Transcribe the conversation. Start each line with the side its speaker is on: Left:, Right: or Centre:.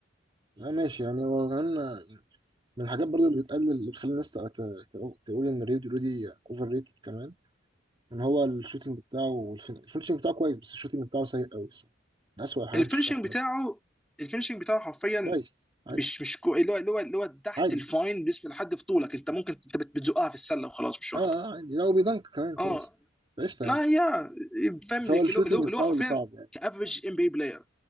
Right: آه، ماشي يعني هو كمان آه، من الحاجات برضو اللي بتقلل اللي بتخلي الناس تق- تق- تقول إن رودي رودي أوفر ريتد كمان ان هو الشوتينج بتاعه والفين... الفينشنج بتاعه كويس بس الشوتينج بتاعه سيء قوي الصراحه من اسوء الحاجات
Centre: الفينشنج
Right: اللي شفتها في حياتي
Centre: بتاعه الفينشنج بتاعه حرفيا
Right: كويس عادي
Centre: مش مش كو... اللي هو اللي هو اللي هو تحت
Right: عادي
Centre: الفاين بالنسبه لحد في طولك انت ممكن انت بت- بتزقها في السله وخلاص مش
Right: اه
Centre: اكتر
Right: اه عادي لو بيدنك كمان كويس
Centre: اه
Right: قشطه
Centre: لا
Right: يعني
Centre: يا فاهم
Right: بس هو
Centre: لك
Right: الشوتينج
Centre: اللي هو
Right: بتاعه
Centre: اللي هو حرفيا
Right: اللي صعب يعني
Centre: كافريج ام بي بلاير